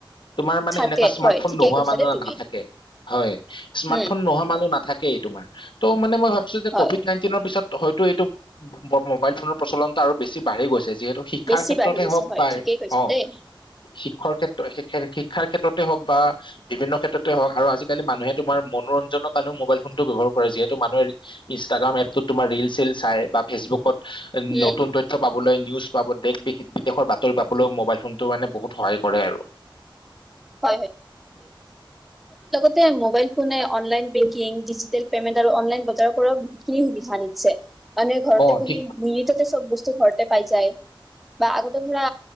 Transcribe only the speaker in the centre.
থাকে
হয় ঠিকেই
কৈছা
দেই তুমি।
উম,
হয়।
বেছি
বাঢ়ি গৈছে
হয়
ঠিকেই কৈছা
দেই
উম
হয় যে মোবাইল ফোনে অনলাইন বেংকিং, ডিজিটেল পেমেণ্ট আৰু অনলাইন বজাৰ কৰা বহুতখিনি সুবিধা নিছে মানে ঘৰতে
বহি
মিনিটত চব বস্তু ঘৰতে পাই যায় বা আগতে ধৰা